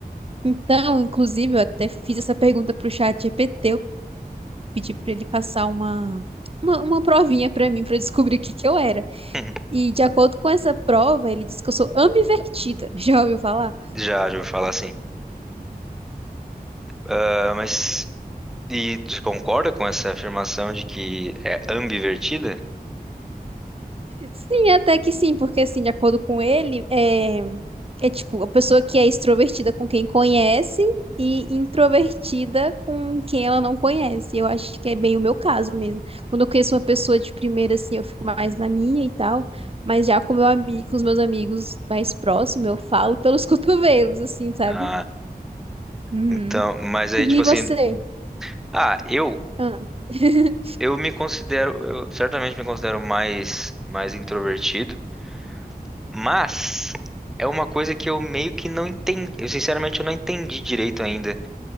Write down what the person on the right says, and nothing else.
Então, inclusive, eu até fiz essa pergunta pro chat GPT, eu pedi para ele passar uma, uma, uma provinha para mim, para eu descobrir o que que eu era.
E de acordo com essa prova, ele disse que eu sou ambivertida. <laughs> Já ouviu falar?
Sim, até que sim, porque assim, de acordo com ele, é, é tipo a pessoa que é extrovertida com quem conhece e introvertida com quem ela não conhece. Eu acho que é bem o meu caso mesmo. Quando eu conheço uma pessoa de primeira, assim, eu fico mais na minha e tal, mas já com meu amigo, com os meus amigos mais próximos, eu falo pelos <laughs> cotovelos, assim, sabe?
Uhum.
E
você?
Ah. <laughs>